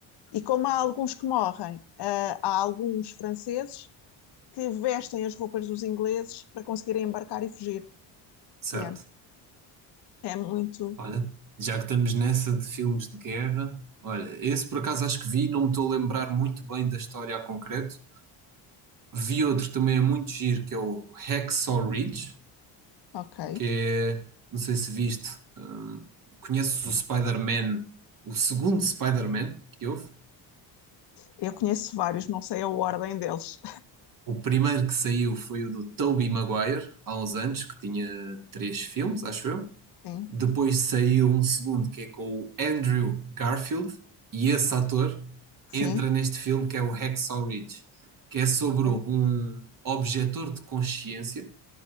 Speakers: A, on the left; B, on the right.
A: E como há alguns que morrem, uh, há alguns franceses que vestem as roupas dos ingleses para conseguirem embarcar e fugir.
B: certo?
A: Yeah. É muito.
B: Olha, já que estamos nessa de filmes de guerra, olha, esse por acaso acho que vi, não me estou a lembrar muito bem da história a concreto. Vi outro que também é muito giro, que é o Hacksaw Ridge,
A: Ok.
B: que é, não sei se viste, hum, conheces o Spider-Man, o segundo Spider-Man que houve.
A: Eu conheço vários, não sei a ordem deles.
B: O primeiro que saiu foi o do Tobey Maguire, há uns anos, que tinha três filmes, acho eu.
A: <laughs> Sim,
B: Depois saiu um segundo que é com o Andrew Garfield, e esse ator
A: sim,
B: entra neste filme que é o Hacksaw Ridge, que é sobre
A: ok.
B: um objetor de consciência,